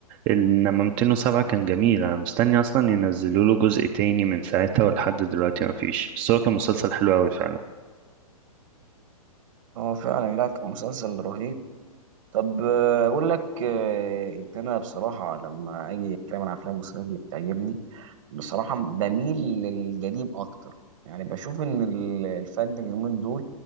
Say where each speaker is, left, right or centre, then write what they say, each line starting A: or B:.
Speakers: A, on the right; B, on the right.
A: إنما 207 كان جميل أنا مستني أصلا ينزلوا له جزء تاني من ساعتها ولحد دلوقتي ما فيش بس هو كان مسلسل حلو قوي فعلا
B: اه فعلا لا كان مسلسل رهيب طب آه، أقول لك آه، إن أنا بصراحة لما أجي أتكلم عن أفلام ومسلسلات اللي بتعجبني بصراحة بميل للقديم أكتر يعني بشوف إن ال- الفن اليومين دول